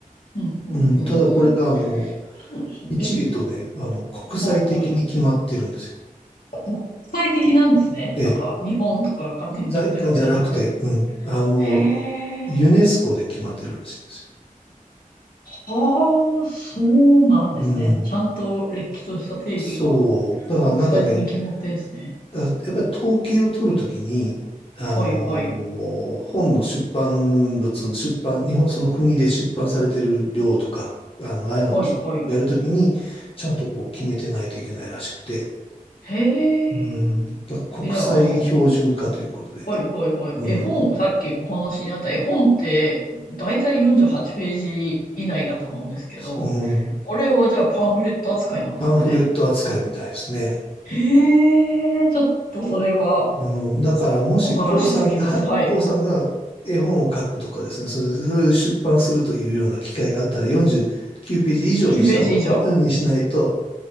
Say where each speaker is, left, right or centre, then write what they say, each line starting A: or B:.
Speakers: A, on the left (about 85°); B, on the left (about 40°).
A: うん、うん、
B: うん、
A: うん、
B: ただこれがあの、
A: うん。そうですね。
B: 一理とね、
A: え、
B: あの、国際的に決まってるんですよ。
A: はいはい。国際的なんですね。
B: え
A: なんか、日本とかが勝手に決めてるわけではなく。
B: じゃ、がじゃなくて、うん。あの、
A: へ
B: ユネスコで決まってるらしいんです
A: え。ああ、そうなんですね。
B: よ。うん。
A: ちゃんとれっきとした定義が
B: そう。だからなんかね、
A: 国際的に決まってるんですね。
B: あやっぱり統計を取るときに、あのー、
A: はいはい。
B: 本の出版物、出版、日本、その国で出版されてる量とか、あの、ああいうのをきやるときに、
A: はいはい。
B: ちゃんとこう決めてないといけないらしくて、
A: へ
B: うん。
A: え。
B: だから国際標準化ということで、
A: え、じゃあ、あの、はいはいはい。
B: うん。
A: 絵本、さっきお話にあった絵本って、だいたい48ページ以内だと思うんですけど、
B: うん。
A: あれはじゃあパンフレット扱いなんですかね。
B: パンフレット扱いみたいですね。
A: へえ、ちょっとそれは
B: うん、だからもし、
A: 新しすぎます。
B: こうさんが、
A: はい。
B: <laughs> こうさんが絵本を書くとかですね、それそれで出版するというような機会があったら49ページ以上にした方、
A: 9ページ以上。
B: にしないと、